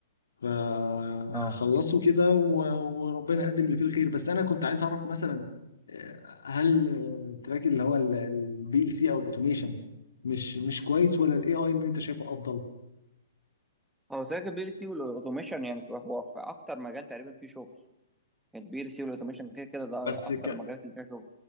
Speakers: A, on the left; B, in the centre.
A: فهخلصه
B: اه
A: كده و- وربنا يقدم اللي فيه الخير بس انا كنت عايز اعرف مثلا آه، هل آه، التراك اللي هو البي ال سي او الاوتوميشن مش مش كويس ولا الاي اي اللي انت شايفه افضل
B: هو تراك البي ال سي والاوتوميشن يعني هو في اكتر مجال تقريبا فيه شغل البي ال سي والاوتوميشن كده كده ده
A: بس
B: اكتر
A: ك
B: المجالات اللي فيها شغل